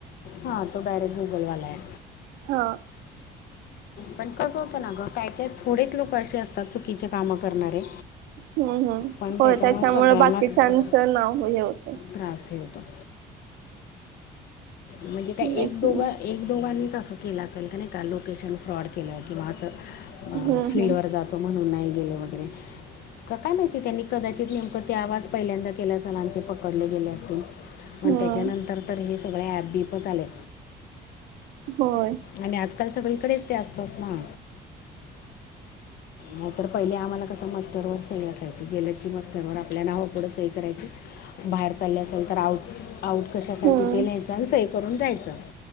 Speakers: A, on the left (about 70°); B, on the right (about 90°).
A: हा तो डायरेक्ट गूगलवाला आहे.
B: हा
A: पण कसं होतं ना गं, काय काय थोडेच लोकं असे असतात चुकीचे कामं करणारे.
B: हम्म हम्म,
A: पण
B: होय त्याच्यामुळे
A: सगळ्यांनाच
B: बाकीच्यांच नाव हे होतंय.
A: त्रास हे होतो म्हणजे काय
B: माहित
A: एक दोघं
B: नाही.
A: एक दोघांनीच असं केलं असेल का नाही, का लोकेशन फ्रॉड केलं किंवा असं अ
B: हम्म
A: फील्डवर
B: हम्म
A: जातो म्हणून नाही गेले वगैरे. का काय माहिती त्यांनी कदाचित नेमकं ते आवाज पहिल्यांदा केला असेल आणि ते पकडले गेले असतील. पण
B: हम्म
A: त्याच्यानंतर तर हे स डिपच आलंय,
B: होय
A: आणि आजकाल सगळीकडेच ते असतच ना. मग तर पहिले आम्हाला कसं मस्टरवर सही असायची, गेलं की मस्टरवर आपल्या नावा पुढं सही करायची, बा बाहेर चाललं असेल तर आऊट आऊट कशासाठी
B: हम्म
A: ते लिहायचं आणि सही करून जायचं.